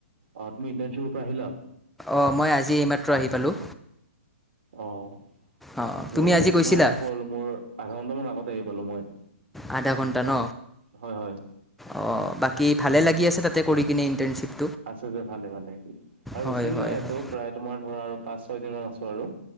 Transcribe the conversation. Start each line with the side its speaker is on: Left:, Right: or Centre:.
Right: অ', তুমি ইণ্টাৰ্নশ্বিপৰ পৰা আহিলা?
Centre: অ', মই আজি এইমাত্ৰ আহি পালোঁ।
Right: অ',
Centre: অঁ তুমি
Right: মোৰ
Centre: আজি
Right: এই
Centre: গৈছিলা
Right: তোমাৰ হ'ল মোৰ আধা ঘন্টামান আগত আহি পালো মই
Centre: আধা ঘণ্টা ন?
Right: হয়, হয়।
Centre: অ', বাকী ভালে লাগি আছে তাতে কৰি কিনে ইণ্টাৰ্নশ্বিপ।
Right: আছে যে ভালে ভালে আৰু
Centre: হয়
Right: বেছি দিন
Centre: হয়
Right: নাই ইয়াতো
Centre: হয়
Right: প্ৰায় তোমাৰ ধৰা আৰু পাঁচ ছয় দিন মান আছো আৰু।